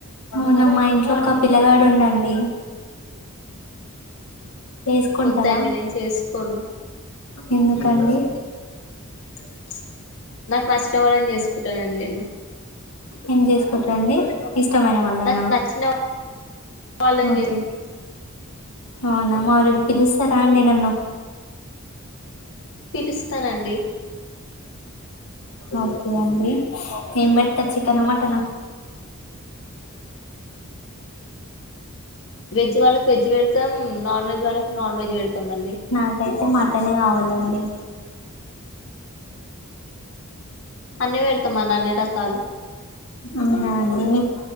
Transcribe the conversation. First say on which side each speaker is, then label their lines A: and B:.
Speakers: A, on the left; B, on the left.
A: అవునా మా ఇంట్లో ఒక పిల్లగాడుండండి ఏసుకుంటరా
B: వద్దండి నేను చేసుకోను
A: ఎందుకండి
B: <unintelligible> నాకు నచ్చిన వాలనిచేసుకుంటానండి నేను
A: ఏం చేసుకుంట్రండి ఇష్టమైన వాళ్ళనా
B: నాకు నచ్చిన వాళ్ళని
A: ఓకే
B: చే
A: అవునా మరి పిలుస్తారా అండి నన్ను
B: పిలుస్తానండి
A: ఓకే అండి ఏం పెడరు చికెన్ మటన.
B: వెజ్ వాళ్ళకు వెజ్ పెడతాం నాన్ వెజ్ వాళ్ళకి నాన్ వెజ్ పెడతాం అండి
A: నాకైతే మటనే కావాలండి
B: అన్ని పెడతామ అన్ని రకాలు
A: అవునా అండి మీ